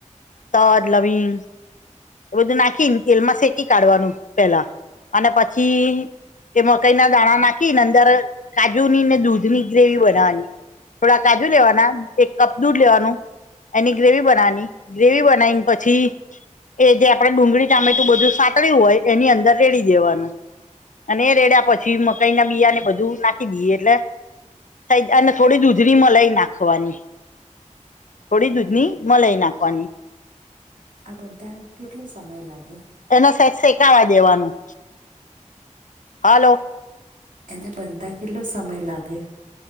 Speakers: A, on the left; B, on the right.
A: તજ, લવિંગ એ બધું નાખીને તેલમાં શેકી કાઢવાનું પેલા અને પછી તે મકાઈ ના દાણા નાખી ને અંદર કાજુ ની ને દૂધ ની ગ્રેવી બનાવવાની. થોડા કાજુ લેવાના, એક કપ દૂધ લેવાનું એની ગ્રેવી બનાવની, ગ્રેવી બનાવીને પછી એ જે આપડે ડુંગળી, ચામેટું બધું સાતળ્યું હોય એની અંદર રેડી દેવાનું. અને એ રેડયા પછી મકાઈ ના બીયા ને બધું નાખી દઈએ એટલે થ જા અને થોડી દૂધની મલાઈ નાખવાની. થોડી
B: બરાબર
A: દૂધની મલાઈ નાખવાની.
B: આ બધાન કેટલો સમય લાગે?
A: એને સેજ શેકાવા દેવાનું, હાલો.
B: એને બનતા કેટલો સમય લાગે?